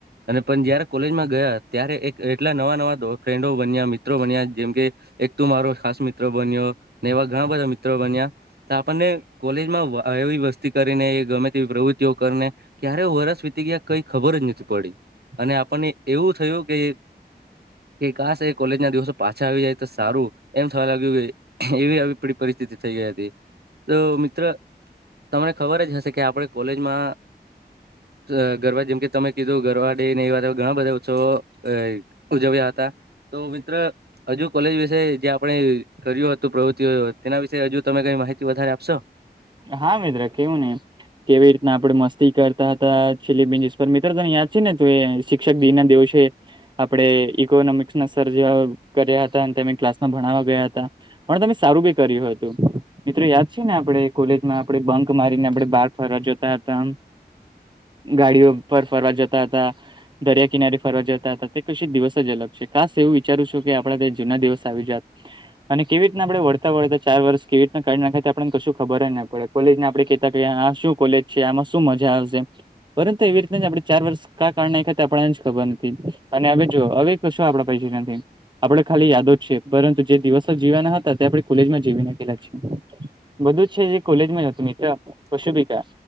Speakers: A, on the right; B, on the right.
A: અને પણ જયારે કોલેજમાં ગયા ત્યારે એક એટલા નવા નવા દો ફ્રેન્ડો બન્યા મિત્રો બન્યા. જેમ કે એક તું મારો ખાસ મિત્રો બન્યો ને એવા ઘણા બધા મિત્રો બન્યા. આપણને કોલેજમાં એવી વસ્તી કરીને એ ગમે તેવી પ્રવૃત્તિઓ કરને ક્યારે વરસ વીતી ગયા કઈ ખબર જ નથી પડી અને આપણને એવું થયું કે કે કસ એ કોલેજના દિવસો પાછા આવી જાય તો સારું એમ થવા લાગ્યું કે એવી આવી પડી પરિસ્થિતિ થઈ ગઈ હતી. તો મિત્ર તમને ખબર જ હશે કે આપણે કોલેજમાં અ ગરબ જેમ કે તમે કીધું ગરબા ડે ને એ વાત ઘણા બધા ઉત્સવો અ ઉજવ્યા હતા તો મિત્ર હજુ કોલેજ વિશે જે આપણે કર્યું હતું પ્રવૃત્તિઓ તેના વિશે હજુ તમે કઈ માહિતી વધારે આપશો
B: હા મિત્ર કેવું નહી કેવી રીતના આપડે મસ્તી કરતા હતા ચીલીબીન મિત્ર તને યાદ છે ને ત શિક્ષક દિ ના દિવસે આપણે ઈકોનોમિક્સ ના સર જેવા કર્યા હતા અને તેમમે ક્લાસમાં ભણાવવા ગયા હતા પણ તમે સારું બી કર્યું હતું મિત્રો યાદ છે ને આપણે કોલેજમાં આપડે બંક મારીને આપડણે બહાર ફરવા જોતા હતા આમ ગાડીઓ પર ફરવા જતા હતા દરિયા કિનારી ફરવા જતા હતા તે કશી દિવસ જ અલગ છે ખાસ એવું વિચારું છું કે આપડ દિવસ આવીત અને કેવી રીતના આપણે વળતા વળતા ચાર વર્ષ કેવીીતના કઢ નાખ આપ કશું ખબર જ ના પડે કોલેજને આપડ કતા આ શું કોલેજ છે આમાં શું મજા આવશે પરંતુ એવી રીતેના જ આપણે ચાર વર્ષ કા કાડ નાખીયા આપણને જ ખબર નથી અને હવે જો હવે કશું આપડા <unintelligible> આપણે ખાલી યાદો જ છે પરંતુ જે દિવસો જીવાના હતા તે આપણે કોલેજ માં જીવી નાખેલા છે
A: <inaudible>
B: બધું જ છે જે કોલેજ માં હતું મિત્ર પશુપિકા